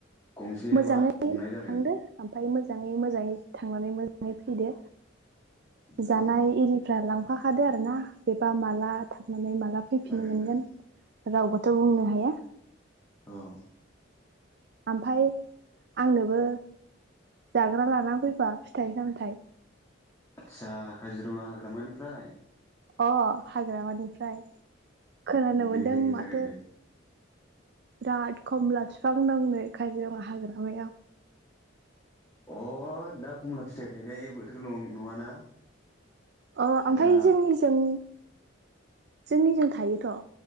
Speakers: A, on the left (about 15°); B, on the right (about 55°).
A: गंसे
B: मोजाङै
A: बास हमनाय जादों
B: थांदो ओमफाय मोजाङै मोजाङै थांनानै <unintelligible> फैदो।
A: औ
B: जानाय इरिफ्रा लां <unintelligible> खादो आरो ना। बेबा माला थांनानै माला फैफिननो
A: जागोन
B: मोनगोन।
A: जागोन
B: रावबोथ बुंनो हाया।
A: औ
B: ओमफाय आंनोबो जाग्रा लानानै फैफा फिथाइ सामथाइ।
A: आदसा काजिरङा हाग्रामानिफ्राय?
B: अ हाग्रामानिफ्राय खोनानो मोनदों
A: दे दे
B: माथो
A: जागोन दे
B: बिराद खमला बिफां दंनो काजिरङा हाग्रामायाव।
A: अ दा खमला फिथायाइ थायनाय बोथोर नङाना
B: अ ओमफ्राय
A: दा
B: जोंनि जों जोंनिजों थायोथ